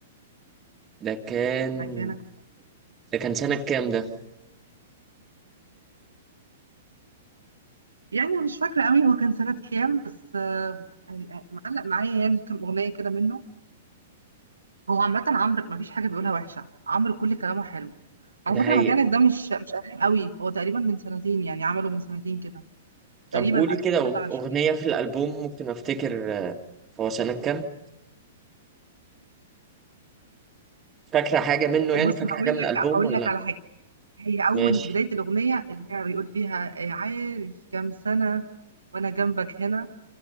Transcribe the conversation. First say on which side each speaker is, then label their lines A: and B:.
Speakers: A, on the right; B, on the right.
A: ده كان
B: مكانك
A: ده كان سنة كام ده؟
B: يعني أنا مش فاكره قوي هو كان سنه كام بس آه، آه، معلق معايا يعني كم اغنيه كده منه هو عامه عمرو ما فيش حاجه بيقولها وحشه عمرو كل كلامه حلو على
A: ده
B: فكره
A: حقيقي
B: مكانك ده مش مش قديم قوي هو تقريبا من سنتين يعني عمله من سنتين كده
A: طب
B: تقريبا
A: قولي
B: 2023
A: كده أغ- أغنية في الألبوم ممكن أفتكر آه، هو سنة كام؟ فاكرة حاجة منه يعني
B: بص
A: فاكرة
B: هقول
A: حاجة من
B: لك
A: الألبوم
B: هقول
A: ولا؟
B: لك على حاجه هي اول
A: ماشي
B: بدايه الاغنيه اللي هي بيقول فيها آه، عارف كام سنه وانا جنبك هنا